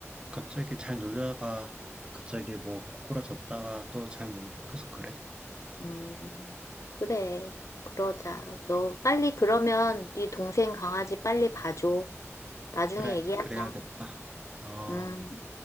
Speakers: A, on the right; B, on the left.
A: 갑자기 잘 놀다가 갑자기 뭐 고꾸라졌다가 또 잘 놀고 계속 그래?
B: 음. 그래, 그러자. 너 빨리 그러면 네 동생 강아지 빨리 봐줘. 나중에
A: 그래,
B: 얘기하자.
A: 그래야겠다. 어.
B: 음.